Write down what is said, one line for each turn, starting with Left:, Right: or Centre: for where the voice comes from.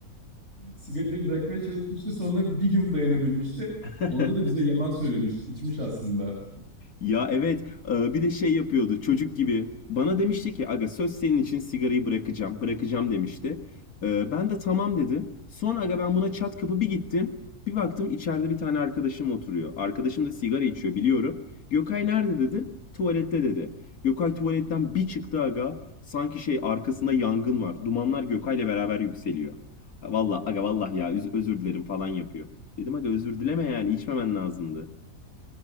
Right: sigarayı bırakmaya çalışmıştı. Sonra bir gün dayanabilmişti.
Left: <laughs>
Right: Onda da bize yalan söylemiş, içmiş aslında.
Left: Ya evet e, bir de şey yapıyordu çocuk gibi. Bana demişti ki aga söz senin için sigarayı bırakacağım bırakacağım demişti. E, Ben de tamam dedim. Sonra aga ben buna çat kapı bir gittim. Bir baktım içeride bir tane arkadaşım oturuyor. Arkadaşım da sigara içiyor biliyorum. Gökay nerede dedim. Tuvalette dedi. Gökay tuvaletten bir çıktı aga. Sanki şey arkasında yangın var. Dumanlar Gökay'la beraber yükseliyor. Vallahi aga vallahi ya üz- özür dilerim falan yapıyor. Dedim aga özür dileme yani içmemen lazımdı.